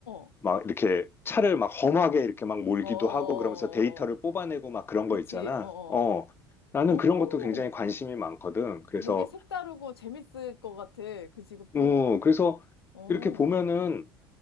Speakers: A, on the left; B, on the left.
A: 어,
B: 막 이렇게 차를 막 험하게 이렇게 막 몰기도
A: 어, 어, 어,
B: 하고 그러면서 데이터를
A: 어, 어.
B: 뽑아내고 막 그런
A: 그치.
B: 거 있잖아.
A: 어, 어.
B: 어. 나는
A: 오.
B: 그런 것도 굉장히 관심이 많거든. 그래서
A: 되게 색다르고 재밌을 것 같아. 그 직업도.
B: 어, 그래서
A: 어, 어,
B: 이렇게 보면은